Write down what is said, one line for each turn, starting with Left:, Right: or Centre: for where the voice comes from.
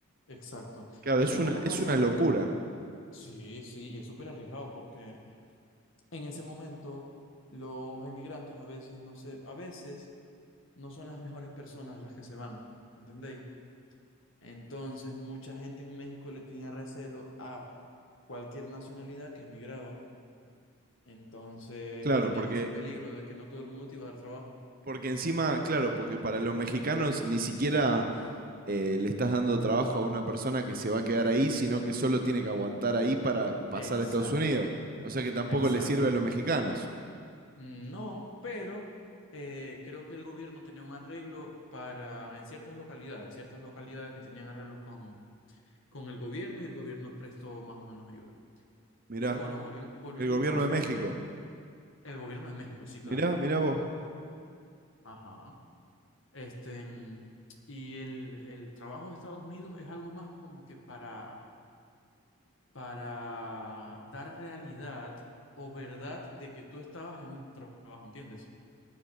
Left: exacto.
Right: Claro,
Left: Y
Right: es
Left: ya
Right: una,
Left: cuando
Right: es
Left: pasan,
Right: una locura.
Left: sí, sí, y es súper arriesgado porque en ese momento los emigrantes a veces no se, a veces no son las mejores personas las que se van, ¿entendéis? Entonces mucha gente en México le tenía recelo a cualquier nacionalidad que emigraba. Entonces
Right: Claro,
Left: tenías
Right: porque
Left: ese peligro de que no todo el mundo te iba a dar trabajo.
Right: Porque encima, claro, porque para los mexicanos ni siquiera eh, le estás dando trabajo a una persona que se va a quedar ahí, sino que solo tiene que aguantar ahí para pasar
Left: Exacto,
Right: a Estados Unidos. O sea que tampoco
Left: exacto.
Right: le sirve a los mexicanos.
Left: Mm, No, pero eh, creo que el gobierno tenía un arreglo para en ciertas localidades, ciertas localidades que tenían arreglos con, con el gobierno y el gobierno prestó más o menos ayuda.
Right: Mirá,
Left: Pero bueno, volvi- volviendo
Right: el gobierno
Left: al caso,
Right: de México.
Left: el gobierno de México, sí, claro.
Right: Mirá, mirá vos.
Left: Ajá. Este, mm, y el, el trabajo de Estados Unidos es algo más como que para, para dar realidad o verdad de que tú estabas en un trabajo, ¿entiendes?